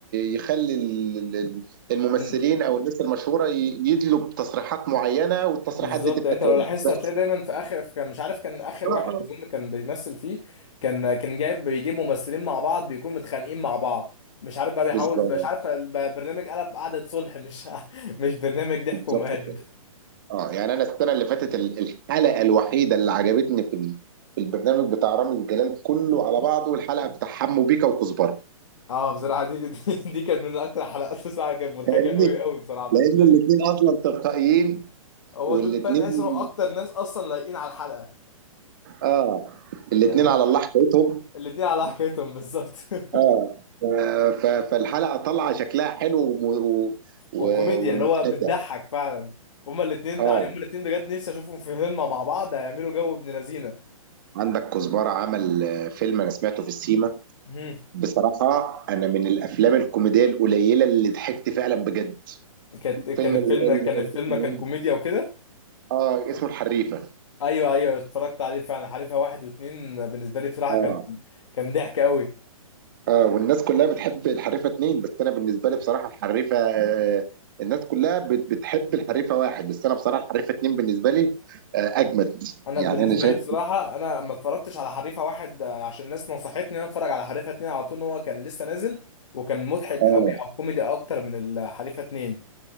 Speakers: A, on the right (about 35°); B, on the left (about 60°).
A: يخلي ال- ال- الممثلين
B: مم.
A: او الناس المشهوره ي- يدلوا بتصريحات معينه والتصريحات
B: بالظبط
A: دي تبقى
B: يعني انت
A: ترند
B: لو لاحظت
A: بس
B: هتلاقي دايما في اخر في كان مش عارف كان اخر
A: اه
B: واحد
A: اه
B: اظن كان بيمثل فيه كان كان جايب بيجيب ممثلين مع بعض بيكونوا متخانقين مع بعض مش عارف بقى بيحاول
A: بالظبط
B: مش عارف البرنامج قلب قعدة صلح مش <laughs> مش برنامج ضحك
A: بالظبط
B: ومقالب
A: كده اه يعني انا السنه اللي فاتت ال- الحلقه الوحيده اللي عجبتني في ال- في البرنامج بتاع رامز جلال كله على بعضه الحلقه بتاع حمو بيكا وكزبره
B: اه بصراحة دي دي, دي كانت من اكتر حلقات بصراحة كانت مضحكة
A: لان
B: قوي قوي بصراحة بالنسبة
A: لان الاثنين
B: لي
A: اصلا تلقائيين
B: هو
A: والاتنين
B: دول فعلا تحس انهم اكتر ناس اصلا لايقين على الحلقة
A: اه الاتنين
B: يعني
A: على الله حكايتهم
B: الاتنين على حكايتهم بالظبط <laughs>
A: اه ف- ف- فالحلقه طالعه شكلها حلو وم- و- و-
B: وكوميديا
A: ومضحكه
B: اللي هو بتضحك فعلا هما الاتنين
A: اه
B: يعني هما الاتنين بجد نفسي اشوفهم في فيلم مع بعض هيعملوا جو ابن لذينة
A: عندك كزبره عمل آه، فيلم انا سمعته في السيما
B: مهم.
A: بصراحه انا من الافلام الكوميديه القليله اللي ضحكت فعلا بجد
B: كانت كان
A: فيلم
B: الفيلم
A: ال- ال-
B: كان الفيلم
A: ال- اسمه
B: كان
A: إيه؟
B: كوميديا وكده
A: اه اسمه الحريفه
B: ايوه ايوه اتفرجت عليه فعلا حريفة واحد واتنين بالنسبة لي بصراحة
A: اه
B: كان كان ضحك قوي
A: اه والناس كلها بتحب الحريفه اتنين بس انا بالنسبه لي بصراحه الحريفه آه الناس كلها بت- بتحب الحريفه واحد بس انا بصراحه الحريفه اتنين بالنسبه لي آه اجمد
B: انا
A: يعني
B: بالنسبه
A: انا شايف
B: لي بصراحه انا ما اتفرجتش على حريفه واحد آه، عشان الناس نصحتني ان انا اتفرج على حريفه اتنين على طول ان هو كان لسه نازل وكان مضحك
A: اه
B: قوي او كوميدي اكتر من الحريفه اتنين